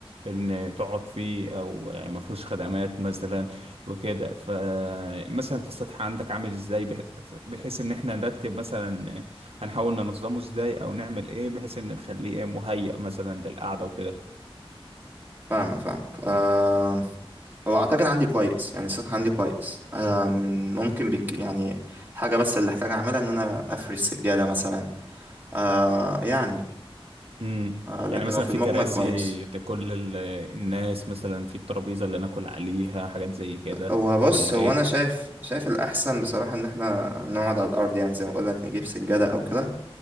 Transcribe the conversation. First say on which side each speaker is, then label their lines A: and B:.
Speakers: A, on the right (about 80°); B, on the right (about 20°).
A: إن تقعد فيه أو ما فيهوش خدمات مثلا وكده فمثلا أنت السطح عندك عامل إزاي بحيث بحيث إن إحنا نرتب مثلا هنحاول ننظمه إزاي أو نعمل إيه بحيث إن نخليه إيه مهيأ مثلا للقعدة وكده
B: فاهمك فاهمك آه هو أعتقد عندي كويس يعني السطح عندي كويس آه ممكن بك يعني الحاجة بس اللي أحتاج أعملها إن أنا أفرش سجادة مثلا آه يعني
A: امم
B: آه لكن
A: يعني مثلا
B: هو في
A: في
B: المجمل
A: كراسي
B: كويس
A: لكل ال- الناس مثلا في الترابيزة اللي ناكل عليها حاجات زي كده
B: هو بص
A: ولا
B: هو
A: ايه
B: انا شايف شايف الاحسن بصراحه ان احنا نقعد على الارض يعني زي ما اقول لك نجيب سجاده او كده